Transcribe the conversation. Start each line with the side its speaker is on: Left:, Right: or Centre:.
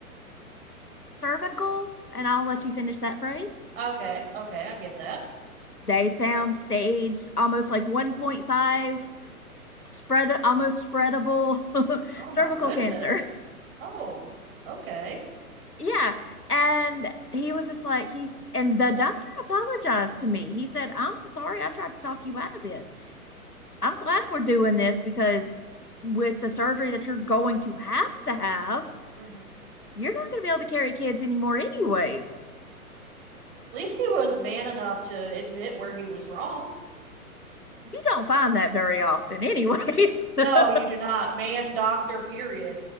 Left: cervical, and I'll let you finish that phrase.
Right: Okay. Okay, I get that.
Left: They found
Right: Okay.
Left: stage almost like 1.5 spread, almost spreadable <laughs>
Right: Oh
Left: cervical
Right: my goodness.
Left: cancer.
Right: Oh, okay.
Left: Yeah, and he was just like he's and the doctor apologized to me. He said, "I'm sorry, I tried to talk you out of this. I'm glad we're doing this because with the surgery that you're going to have to have,
Right: hmm
Left: you're not going to be able to carry kids anymore, anyways.
Right: At least he was man enough to admit where he was wrong.
Left: You don't find that very often, anyways. <laughs>
Right: No, you do not, man doctor, period.